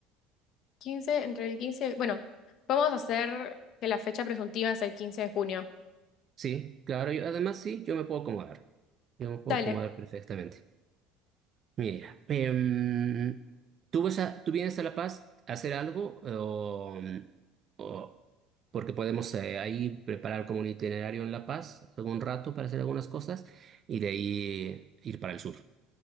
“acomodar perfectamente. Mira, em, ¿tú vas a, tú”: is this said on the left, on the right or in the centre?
Right